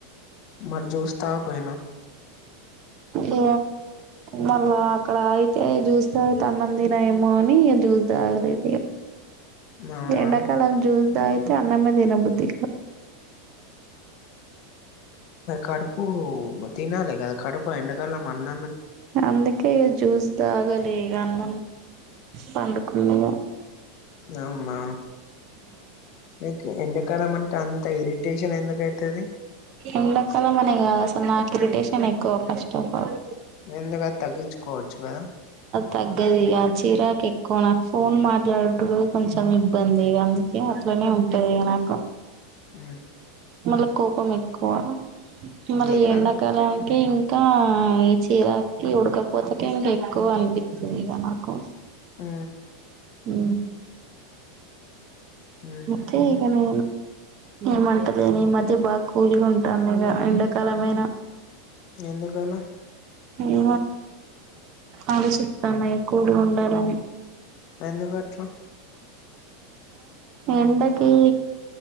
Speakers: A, on the left (about 45°); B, on the right (about 45°).
A: మరి జ్యూస్ తగక పోయిన
B: ఇ మళ్ళా అక్కడ అయితే చూస త అన్నం తినేమో అని చూస్ తాగతే
A: అవునా
B: ఎండాకాలం చూస్ ఇ అయితే అన్న మీదేనా బుద్ధి
A: కడుపు తినాలి క కడుపు ఎండకాలం అన్న
B: అందుకే ఈ జ్యూస్ ద ఆగలి ఈ అన్న పడుకున్నా
A: అవునా నీకు ఎండాకాలం అంటే అంత ఇరిటేషన్ ఎందుకు అయితది
B: ఎండకాల మనేన్నా ఇరిటేషన్ ఎక్కువ ఫస్ట్ ఆఫ్ ఆల్
A: ఎందుక తగ్గించుకోవచ్చు కదా
B: తగ్గదు ఇక చీరాకు ఎక్కువ నాకు ఫోన్ మాట్లాడడు కొంచెం ఇబ్బందిక అందుకే అట్లనే ఉంటది ఇక నాకు
A: ఉ
B: మళ కోపం ఎక్కువ మళ
A: నీకా
B: ఎండాకాల అ ఇంకా ఈ చీరాకి ఉడకపోతేక ఇంకా ఎక్కువ అనిపిస్తుంది ఇవ నాకు
A: ఆ
B: వు
A: ఉహు
B: క నేను ఏమంటలే న ఈ మధ్య బాగా కూలీగా ఉంటాను ఇక ఎండాకాలమైన
A: ఎందుకాల
B: యి ఆలో చితాన్నాయి కూూడుండాల
A: మ ఎందు పట్ం
B: ఎండకి